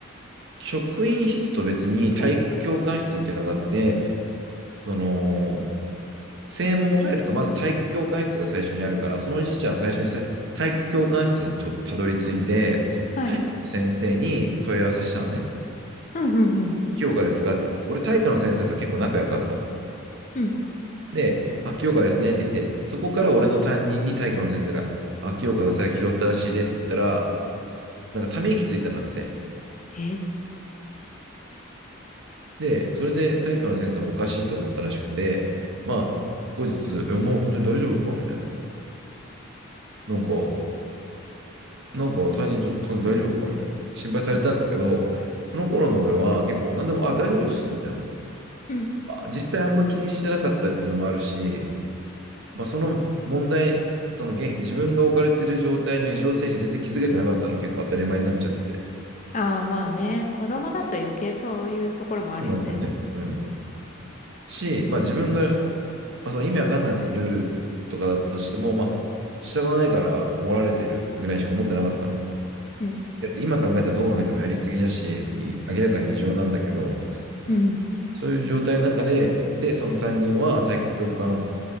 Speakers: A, on the right; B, on the left.
A: 職員室と別に体育教官室っていうのがあって、その、正門入るとまず体育教官室が最初にあるから、そのおじいちゃんは最初にさ体育教官室にとたどり着いて、
B: はい。
A: 体育の先生に問い合わせしたのね。
B: うん、うん、うん、
A: 清香ですかって言ってて、俺体育の先生と結構仲良かったの。
B: うん。
A: で、あ、清香ですねって言って、そこから俺の担任に体育の先生が、あ、清香が財布拾ったらしいですって言ったら、なんかため息ついたなって。
B: えー
A: で、それで体育の先生もおかしいと思ったらしくて、まあ、後日、え、お前本当に大丈夫かみたいな。なんか、なんか担任と大丈夫かみたいな。心配されたんだけど、
B: うん
A: その頃の俺は結構何でも、あ、大丈夫っす、みたいな。
B: うん
A: あ実際あんま気にしてなかったっていうのもあるし、まあ、その問題、その現自分が置かれている状態の異常性に全然気づけてなかったの結構当たり前になっちゃってて。
B: ああ、まあね。子供だと余計そういうところもあるよね。
A: そうなんだよね。うん。し、まあ自分がまあ、その意味わかんないルールとかだったとしても、まあ、従わないから怒られてるぐらいしか思ってなかったの。
B: うん。
A: 今考えたらどう考えてもやりすぎだし、明らかに異常なんだけど、
B: うん。
A: そういう状態の中で、で、その担任は体育教官